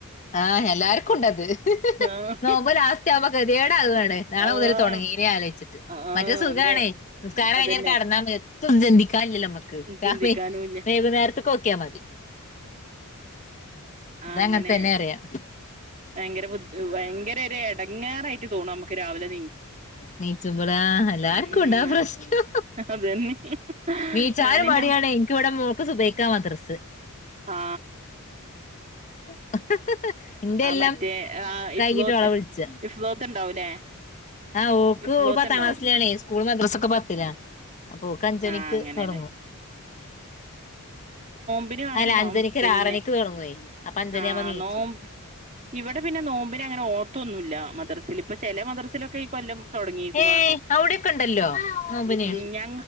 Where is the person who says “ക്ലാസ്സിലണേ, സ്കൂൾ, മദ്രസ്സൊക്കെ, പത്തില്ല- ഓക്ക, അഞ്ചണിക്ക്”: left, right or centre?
Left